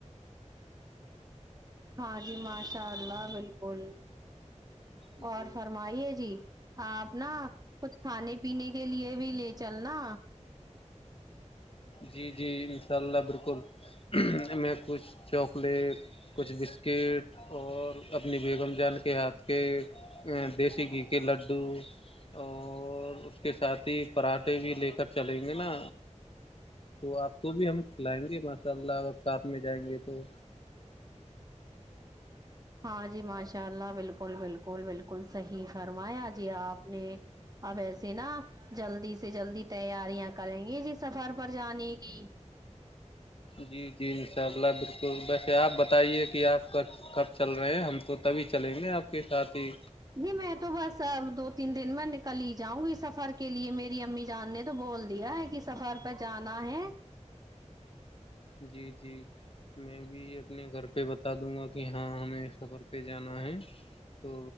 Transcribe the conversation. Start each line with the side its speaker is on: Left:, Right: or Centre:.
Right: ہاں جی ماشاء اللہ بالکل
Left: جی
Right: اور فرمائیے جی آپ نا کچھ کھانے پینے کے لیے بھی لے چلنا
Left: جی جی انشاء اللہ بالکل میں کچھ چاکلیٹ کچھ بسکٹ اور اپنی بیگم جان کے ہاتھ کے دیسی گھی کے لڈو اور اس کے ساتھ ہی پراٹھے بھی لے کر چلیں گے نا تو آپ کو بھی ہم کھلائیں گے ماشاء اللہ ا کاپ میں جائیں گے تو
Right: ہاں جی ماشاء اللہ بالکل بالکل بالکل صحیح فرمایا جی آپ نے اب ایسے نا جلدی سے جلدی تیاریاں کریں گے جی سفر پر جانے گی
Left: جی جی ان شاء اللہ بالکل ویسے آپ بتائیے کہ آپ کا کب چل رہے ہیں ہم تو تبھی چلیں گے آپ کے ساتھ ہی
Right: جی میں تو بس ا دو تین دن میں نکل ہی جاؤں گی سفر کے لیے میری امی جان نے تو بول دیا سفر پر جانا ہے
Left: جی جی میں بھی اپنے گھر پہ بتا دوں گا کہ ہاں ہمیں اس سفر پہ جانا ہے تو